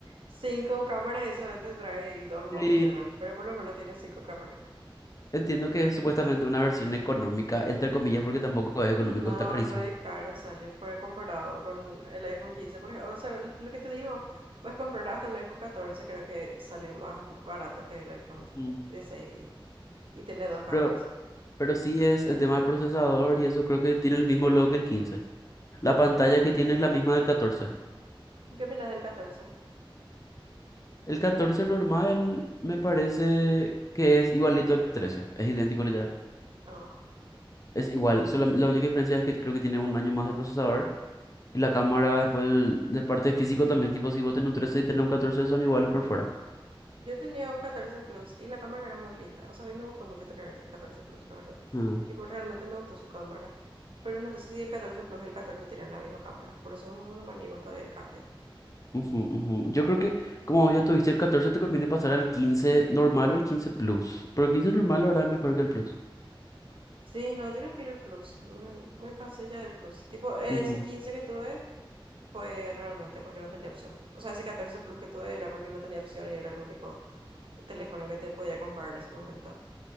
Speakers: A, on the right; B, on the left.
A: cinco cámaras y eso a veces trae y dos nomás
B: Sí,
A: funcionan, pero por lo menos tiene cinco cámaras.
B: entiendo que es supuestamente una versión económica, entre comillas, porque tampoco es económico,
A: No,
B: está carísimo.
A: re caro sale por comparado con el iPhone 15, por ejemplo. O sea, lo lo que te digo, puedes comprar hasta un iPhone 14, creo que sale más barato que el iPhone
B: Ujú.
A: 16 y, y tiene dos cámaras.
B: Pero Pero sí es el tema del procesador y eso creo que tiene el mismo logo que el 15. La pantalla que tiene es la misma del 14.
A: ¿Y qué opinas del 14?
B: El 14 normal me parece que es igualito al 13. Es idéntico literal.
A: Ah,
B: Es igual. solo la única diferencia es que creo que tiene un año más de procesador. Y la cámara después el- de parte físico también. Tipo si vos tenés un 13 y tenés un 14 son iguales por fuera.
A: Yo tenía un 14 Plus y la cámara era muy linda. O sea, a mí me gustó mucho tener ese 14 Plus, la verdad.
B: Ah,
A: Tipo, realmente me gustó su cámara. Pero no sé si el 14 Plus y el 14 tienen la misma cámara. Por eso no me animo todavía al cambio.
B: ujú, ujú. Yo creo que como vos ya tuviste el 14 te conviene pasar al 15 normal o al 15 Plus. Pero el 15 normal ahora es mejor que el Plus.
A: Sí, no, yo no quiero el Plus. Me, me cansé ya del Plus. Tipo, ese
B: Ujú,
A: 15 que tuve fue realmente porque no tenía opción. O sea, ese 14 Plus que tuve era porque no tenía opción y era el único teléfono que te podía comprar en ese momento.